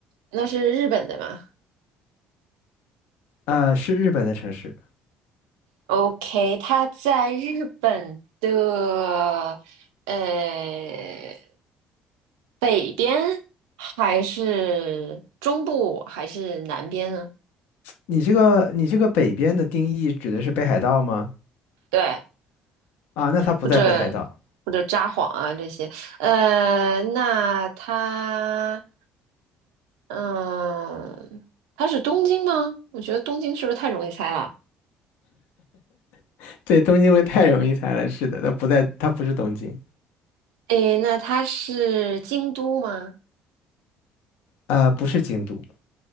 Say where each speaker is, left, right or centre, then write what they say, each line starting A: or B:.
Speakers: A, on the right; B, on the left.
A: 那是日本的吗？
B: 啊，是日本的城市。
A: OK，他在日本的呃北边，还是中部，还是南边呢？
B: 你这个你这个北边的定义指的是北海道吗？
A: 对，
B: 啊，那它不在北海道。
A: 或者或者札幌啊这些。呃，那他嗯，他是东京吗？我觉得东京是不是太容易猜了？
B: <laughs> 对，东京会太容易猜了，是的，它不在，它不是东京
A: 诶，那他是京都吗？
B: 啊，不是京都。